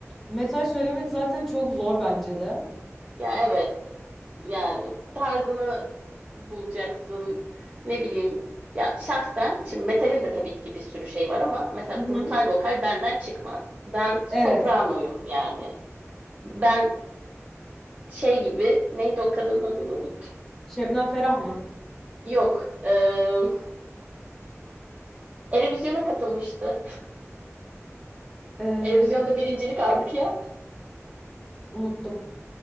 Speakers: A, in the centre; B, on the right.
A: Metal söylemek zaten çok zor bence de.
B: Ya evet. Yani tarzını bulacaksın. Ne bileyim. Ya şahsen şimdi metalin de tabii ki bir sürü şey var ama mesela
A: Hı hı.
B: brutal vokal benden çıkmaz. Ben sopranoyum
A: Evet.
B: yani. Ben şey gibi neydi o kadının adını unuttum.
A: Şebnem Ferah mı?
B: Yok. eee Eurovision'a katılmıştı.
A: Ee,
B: Eurovision'da birincilik aldık ya.
A: unuttum.